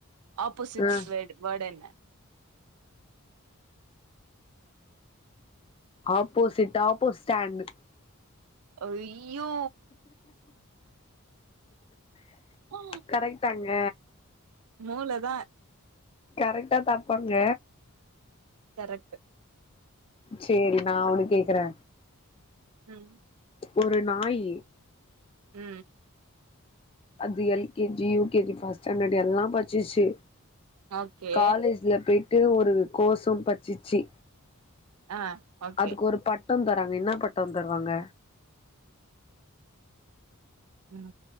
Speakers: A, on the right; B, on the left.
A: ஆப்போசிட்
B: ஆ
A: வேட் வேட் என்ன
B: ஆப்போசிட் ஆப்போ ஸ்டாண்ட்
A: ஐய்யோ ஆ
B: கரெக்டாங்க
A: மூளை தா
B: கரெக்டா தப்பாங்க
A: கரக்ட்
B: செரி நா ஒன்னு கேக்குறே
A: ம்
B: ஒரு நாயி
A: ம்
B: அது L K G U K G first standard எல்லா பச்சச்சு
A: ஓகே
B: காலேஜ் இதுல போயிட்டு ஒரு கோசு பச்சிச்சு
A: ஆ ஓகே
B: அதுக்கு ஒரு பட் டோ தராங்க என்னாப் பட்டோ தருவாங்க
A: ம்